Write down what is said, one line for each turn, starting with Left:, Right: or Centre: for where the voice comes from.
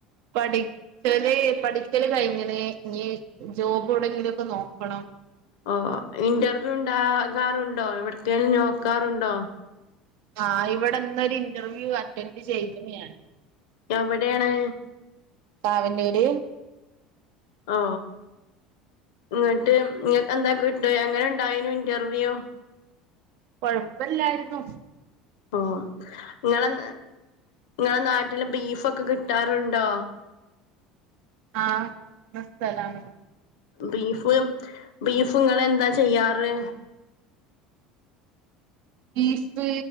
Right: പഠിക്കാല് പഠിക്കാല് കഴിഞ്ഞ, ഇനി ജോബ് എവിടെയെങ്കിലും ഒക്കെ നോക്കണം.
Left: ഓ ഇന്റർവ്യൂ ഇണ്ടാകാറുണ്ടോ, എവിടേക്കേലും നോക്കാറ് ഉണ്ടോ?
Right: ആഹ് ഇവിടെ ഇന്ന് ഒരു ഇന്റർവ്യൂ അറ്റൻഡ് ചെയ്യുകയാണ്.
Left: എവിടെയാണ്?
Right: <unintelligible>
Left: ഓ ഇങ്ങോട്ട് ഇങ്ങൾക്ക് എന്താ കിട്ടിവാ എങ്ങനെ ഇണ്ടായാനൂ ഇന്റർവ്യൂ
Right: കൊഴപ്പ്യല്ലായിരുന്നു
Left: ഓ ഇങ്ങളെ ന ഇങ്ങളെ നാട്ടില് ബീഫൊക്കെ കിട്ടാറ്ണ്ടോ
Right: ആഹ് നിർത്തലാണ്
Left: ബീഫ് ബീഫ് ഇങ്ങളന്താ ചെയ്യ്യാറ്
Right: ബീഫ്